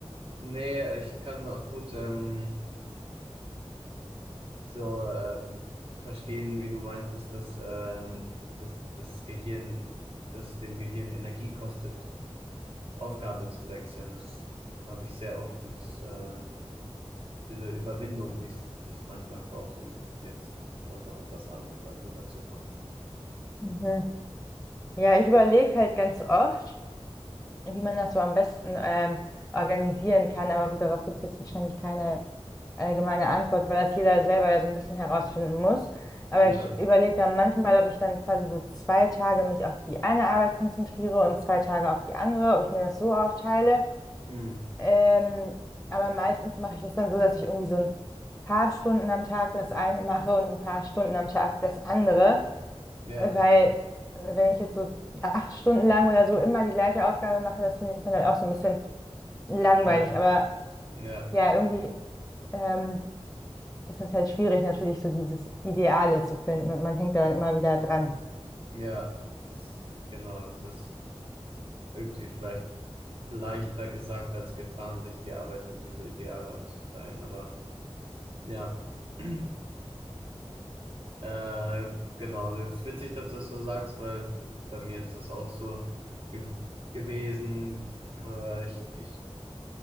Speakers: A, on the right; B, in the centre.
A: nee, ich kann auch gut, ähm, so ähm, verstehen, wie du meintest, dass, ähm, dass das Gehirn, dass dem Gehirn Energie kostet, Aufgabe zu wechseln. Das da habe ich sehr oft dieses, äh, diese Überwindung, die es, die es manchmal braucht, um jetzt einfach auf was anderes dann rüberzukommen.
B: Mhm. Ja, ich überlege halt ganz oft. wie man das so am besten ähm, organisieren kann. Aber gut, darauf gibt es jetzt wahrscheinlich keine allgemeine Antwort, weil das jeder selber ja so ein bisschen herausfinden muss. Aber
A: Ja,
B: ich überlege dann manchmal, ob ich dann quasi so zwei Tage mich auf die eine Arbeit konzentriere und zwei Tage auf die andere, ob ich mir das so aufteile.
A: hm,
B: Ähm, aber meistens mache ich das dann so, dass ich irgendwie so ein paar Stunden am Tag das eine mache und ein paar Stunden am Tag das andere.
A: ja,
B: Äh, Weil, äh, wenn ich jetzt so acht Stunden lang oder so immer die gleiche Aufgabe mache, das finde ich dann halt auch so ein bisschen langweilig.
A: ja,
B: Aber
A: ja,
B: ja, irgendwie ähm, ist das halt schwierig, natürlich so dieses Ideale zu finden und man hängt da dann immer wieder dran.
A: ja, das, genau, das ist irgendwie vielleicht leichter gesagt als getan, sich die Arbeit irgendwie so ideal aufzuteilen, aber ja. <clears throat> Äh, genau, das ist witzig, dass du das so sagst, weil bei mir ist das auch so ge gewesen. Äh, ich, ich